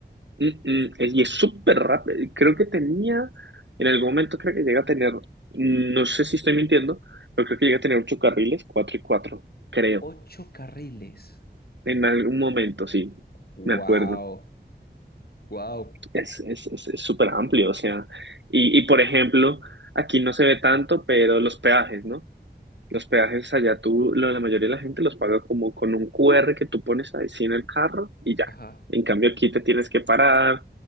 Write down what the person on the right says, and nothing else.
Mm, mm, es- Y es súper rápido. Creo que tenía, en algún momento creo que llega a tener, mm, no sé si estoy mintiendo, pero creo que llega a tener ocho carriles, cuatro y cuatro, creo.
En algún momento, sí,
me acuerdo.
Es, es, es, es súper amplio, o sea, y, y por ejemplo, aquí no se ve tanto, pero los peajes, ¿no? Los peajes allá tú, lo- la mayoría de la gente los paga como con un QR que tú pones ahí sí en el carro y ya.
En cambio aquí te tienes que parar,